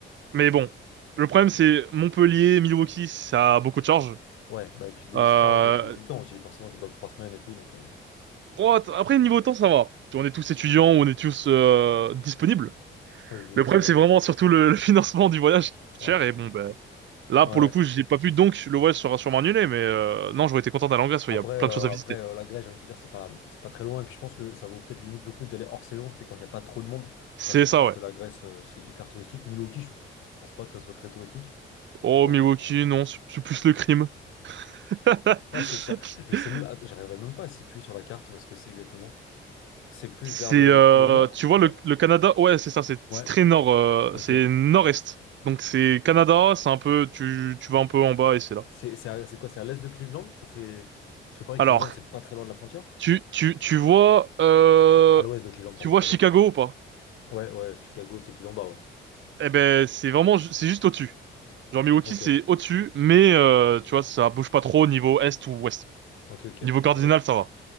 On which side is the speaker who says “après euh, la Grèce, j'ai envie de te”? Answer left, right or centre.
Left